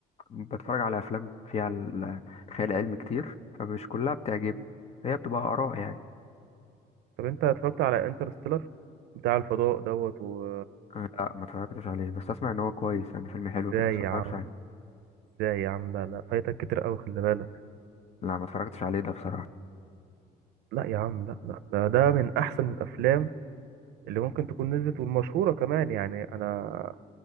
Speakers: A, on the left; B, on the right.
A: بتفرج على افلام فيها ال- خيال علمي كتير فمش كلها بتعجبني هي بتبقى اراء يعني
B: طب أنت اتفرجت على انترستيلر بتاع الفضاء دوت و
A: أنا لا ما اتفرجتش عليه بس اسمع ان هو كويس يعني فيلم حلو
B: إزاي
A: كده بس ما
B: يا
A: اتفرجتش
B: عم
A: عليه
B: إزاي يا عم لا لا فايتك كتير أوي خلي بالك
A: لا ما اتفرجتش عليه ده بصراحه
B: لا يا عم لا لا ده ده من أحسن الأفلام اللي ممكن تكون نزلت والمشهورة كمان يعني أنا